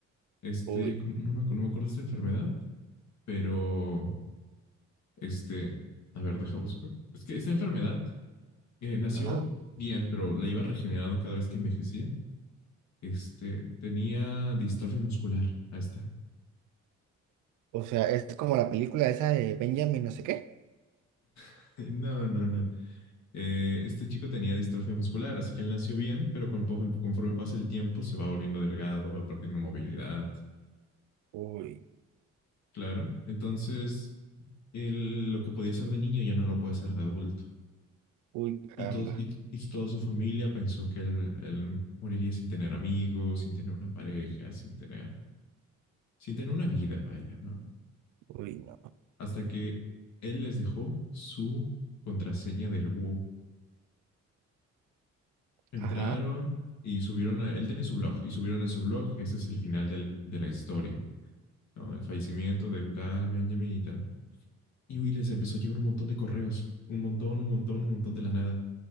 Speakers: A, on the left (about 65°); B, on the right (about 80°).
A: Este,
B: Uy,
A: ¿cómo- no me, acu- no me acuerdo de esta enfermedad, pero este, a ver, deja busco. Es que esta enfermedad eh, nació
B: Ajá.
A: bien, pero la iba regenerando cada vez que envejecía Este, tenía distrofia muscular. Ahí está.
B: O o sea, es como la película esa de Benjamin no sé qué.
A: <laughs> No, no, no. Eh, este chico tenía distrofia muscular, así que él nació bien, pero con, conforme pasa el tiempo se va volviendo delgado, va perdiendo movilidad.
B: uy,
A: Claro. Entonces, él, lo que podía hacer de niño ya no lo puede hacer de adulto.
B: uy, caramba.
A: Y, todos, y, y toda su familia pensó que él, él, moriría sin tener amigos, sin tener una pareja, sin tener, sin tener una vida, vaya, ¿no?
B: Uy, no.
A: Hasta que él les dejó su contraseña del WoW. Entraron
B: Ajá,
A: y subieron a, él tenía su blog y subieron en su blog, ese es el final del- de la historia, ¿no? El fallecimiento de tal Benjamin y tal. Y uy, les empezó a llegar un montón de correos, un montón, un montón, un montón de la nada.